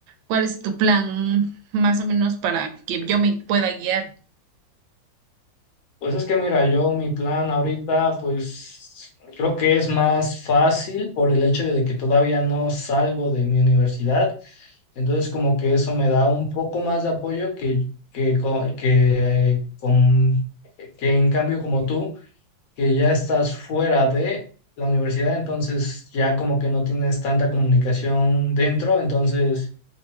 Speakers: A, on the right; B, on the left.
A: ¿cuál es tu plan más o menos para que yo me pueda guiar?
B: Pues es que mira, yo mi plan ahorita pues creo que es más fácil por el hecho de que todavía no salgo de mi universidad, entonces como que eso me da un poco más de apoyo que, que, co- que, eh, con- que en cambio como tú. que ya estás fuera de la universidad, entonces ya como que no tienes tanta comunicación dentro, entonces